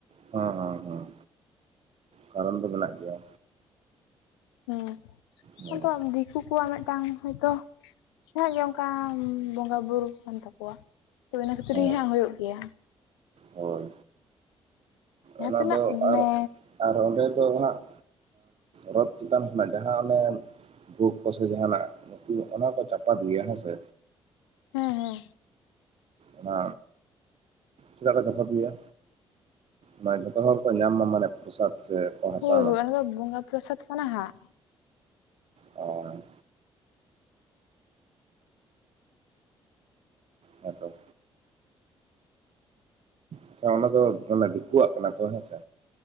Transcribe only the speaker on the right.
ᱦᱚᱸ ᱦᱚᱸ ᱦᱚᱸ ᱠᱟᱨᱚᱱ ᱫᱚ ᱢᱮᱱᱟᱜ ᱜᱮᱭᱟ
ᱦᱮᱸ
ᱦᱮᱸ
ᱦᱳᱭ
ᱚᱱᱟ
ᱫᱚ
ᱟᱨ ᱟᱨ ᱚᱸᱰᱮ ᱫᱚ ᱦᱟᱸᱜ ᱨᱚᱛ ᱪᱮᱛᱟᱱ ᱠᱷᱚᱱᱟᱜ ᱡᱟᱦᱟᱸ ᱚᱱᱮᱢ ᱵᱷᱳᱜᱽ ᱠᱚᱥᱮ ᱡᱟᱦᱟᱱᱟᱜ ᱱᱩᱠᱩ ᱚᱱᱟ ᱠᱚ ᱪᱟᱯᱟᱫ ᱜᱮᱭᱟ ᱦᱮᱸᱥᱮ
ᱚᱱᱟ ᱪᱮᱫᱟᱜ ᱠᱚ ᱪᱟᱯᱟᱫ ᱜᱮᱭᱟ ᱢᱟᱱᱮ ᱡᱷᱚᱛᱚ ᱦᱚᱲ ᱠᱚ ᱧᱟᱢ ᱢᱟ ᱢᱟᱱᱮ ᱯᱨᱚᱥᱟᱫᱽ ᱥᱮ ᱠᱚ ᱦᱟᱛᱟᱣ
ᱢᱟ
ᱚᱨ ᱦᱮᱸ ᱛᱚ ᱟᱪᱪᱷᱟ ᱚᱱᱟ ᱫᱚ ᱚᱱᱮ ᱫᱤᱠᱩᱣᱟᱜ ᱠᱟᱱᱟ ᱛᱚ ᱦᱮᱸᱥᱮ